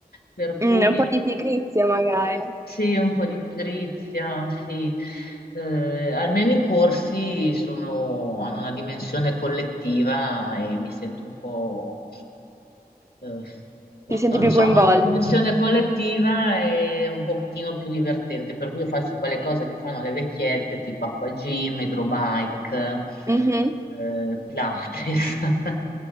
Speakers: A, on the left; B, on the right.
A: Per
B: Mm,
A: cui...
B: un po' di pigrizia magari.
A: Sì, un po' di pigrizia, sì. Eh, almeno i corsi sono- hanno una dimensione collettiva e mi sento un po', eh, boh,
B: Ti senti
A: non
B: più
A: lo so,
B: coinvolto?
A: hanno una dimensione collettiva e un pochino più divertente, per cui io faccio quelle cose
B: Sì.
A: che fanno le vecchiette, tipo acquagym, hydrobike,
B: Mhm.
A: eh, Pilates. <laughs>